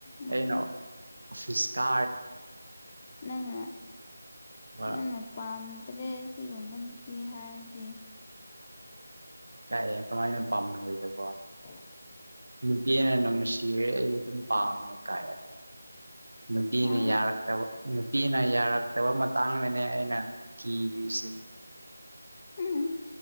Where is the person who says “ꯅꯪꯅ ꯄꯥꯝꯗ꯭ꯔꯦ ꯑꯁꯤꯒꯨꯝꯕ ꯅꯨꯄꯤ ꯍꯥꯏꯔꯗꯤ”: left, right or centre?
Left